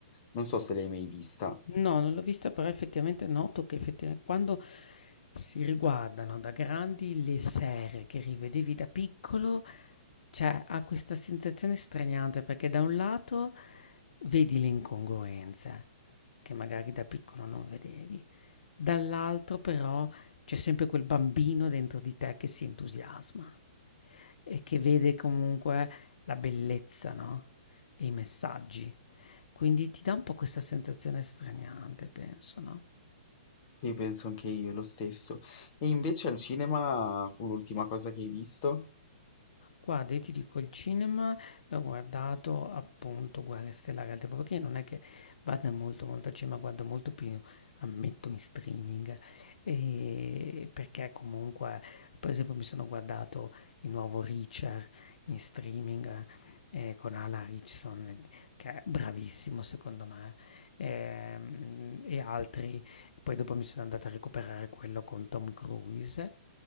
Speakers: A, on the left; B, on the left.
A: non so se l'hai mai vista.
B: No, non l'ho vista, però effettivamente noto che effettivamente quando si riguardano da grandi le serie che rivedevi da piccolo, cioè ha questa sensazione straniante perché da un lato vedi le incongruenze che magari da piccolo non vedevi Dall'altro però c'è sempre quel bambino dentro di te che si entusiasma e che vede comunque la bellezza, no? E i messaggi. Quindi ti dà un po' questa sensazione straniante, penso, no?
A: Sì, penso anche io lo stesso. E invece al cinema fu l'ultima cosa che hai visto?
B: Guarda, io ti dico, il cinema ho guardato appunto Guerre Stellari al tempo, perché non è che vada molto molto al cinema, guardo molto più, ammetto, in streaming, e perché comunque, per esempio, mi sono guardato il nuovo Richard in streaming eh, con Alan Richardson, eh, che è bravissimo secondo me, ehm, e altri, poi dopo mi sono andata a recuperare quello con Tom Cruise,